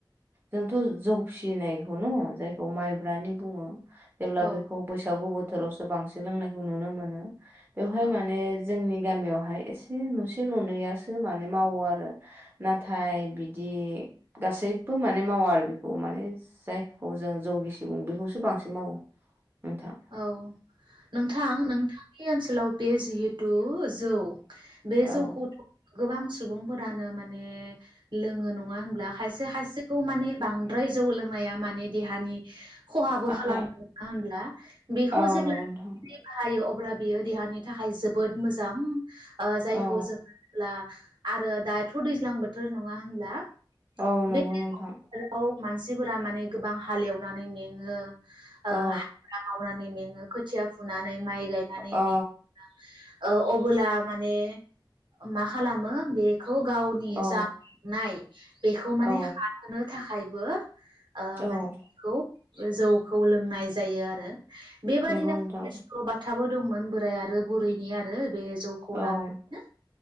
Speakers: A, on the right; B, on the right.
A: जोंथ' जौ फिसिनायखौ न जायखौ माइब्रानि बुङो। जेब्ला
B: औ
A: बेखौ बैसागु बो थोरावसो बांसिन लोंनायखौ नुनो मोनो। बेवहाय
B: औ
A: माने जोंनि गामियावहाय एसे नसे ननैया सो मने मावो आरो। थाय बिदि गासैबो माने मावा आरो बेखौ माने जायखौ जों जौगिसि बुङो बेखौसो बांसिन मावो। नोंथां
B: औ नोंथां नोंथांनि ओनसो सोलाव बे जिहेतु जौ बे
A: औ
B: जौ खौथ' गोबां सुबुंफोरानो माने लोङो नङा होनब्ला खायसे से हायसेखौ माने बांद्राय जौ लोंनाया माने देहानि खहाबो
A: थाखाय
B: खालामो नोंथां। होनब्ला बेखौ
A: औ
B: जेब्ला
A: नंगौ नोंथां
B: <inaudible> बाहायो अ ब्ला बियो देहानि थाखाय जोबोद मोजां। ओ जायखौ
A: औ
B: जों होनोब्ला आरो दाथ‌' दैज्लां बोथोर नङा होनब्ला?
A: औ नंगौ
B: बे
A: नोंथां।
B: बोथोराव मानसिफोरा माने गोबां हालेवनानै मेङो ओ
A: औ
B: हाजिरा मावनानै में ङो‌ खोथिया फुनानै माइ गायनानै
A: औ
B: मेङो औ अबोला माने मा खालामो बे खौ गावनि
A: औ
B: जा <unintelligible> नाय बेखौ माने
A: औ
B: हानहोनो थाखाय बो ओ
A: औ
B: माने बिखौ जौखौ लों नाय जायो आरो बेबायदिनो
A: नंगौ नोंथां
B: बेस्थ बाथाय थाबो दंमोन बोराय आरो बुरैनि आरो बे जौखौ
A: औ
B: लानानैनो